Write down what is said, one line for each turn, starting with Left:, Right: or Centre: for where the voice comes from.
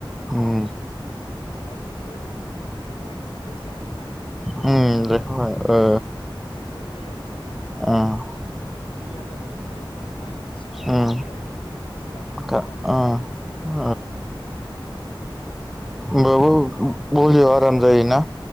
Centre: उम उम
Left: आरो मेंबायबाथ' लेखा फरायनानै। दुरबल गोसो जाखानाय नङा लेखा
Centre: उम
Left: फरायनायफ्रा
Centre: बेखौहाय ओ
Left: एसे प्रब्लेम जायो आरो। बिदियावनो माने
Centre: उम
Left: भलिया जाबाय जायगायावनो थांना बुनाय एसे खारानांगौ
Centre: उम
Left: आरो बलियाबो एसे बारल'नांगौ
Centre: खा उम
Left: जायो।
Centre: होनोमबाबो भलियाव आराम जायोना।